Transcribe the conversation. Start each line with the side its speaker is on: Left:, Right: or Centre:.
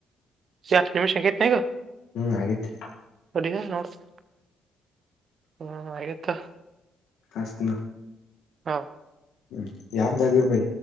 Right: ಹತ್ತ ನಿಮಿಷ ಅಗೇಟ್ ಏನ್ ಈಗ
Left: ಹ್ಮ್ ಆಗೇತಿ
Right: ತಡಿ ಲೆ ನೋಡ್ತೀನಿ ಹೂ ಅಗೇಟ್ ತೊಗೊ
Left: ಹಚ್ತಿನ
Right: ಹಾ
Left: ಹ್ಮ ಆಪ್ದಾಗಿರಿ ಭೈ